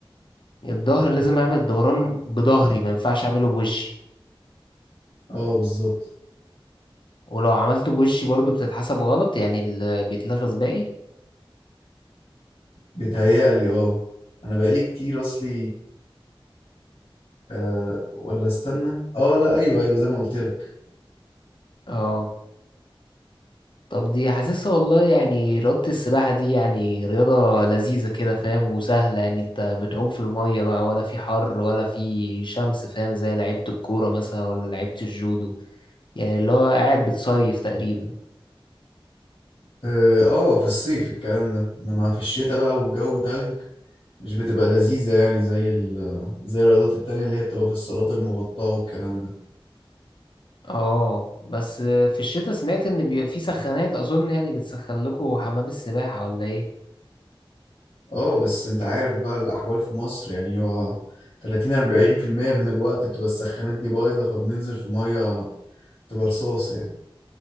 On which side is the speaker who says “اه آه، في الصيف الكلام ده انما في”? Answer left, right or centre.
Left